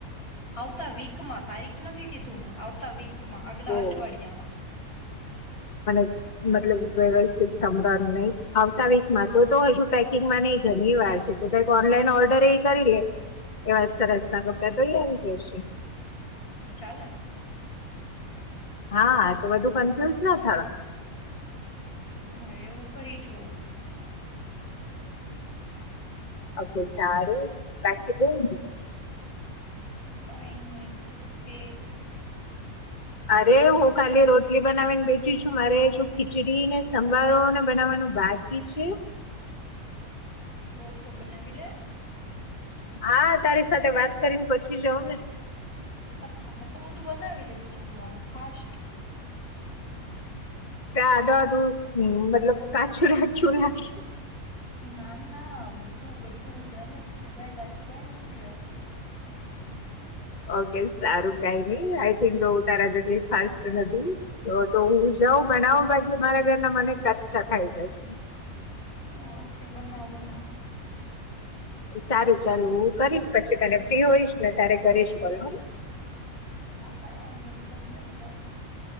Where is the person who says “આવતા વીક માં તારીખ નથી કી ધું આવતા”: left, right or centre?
Left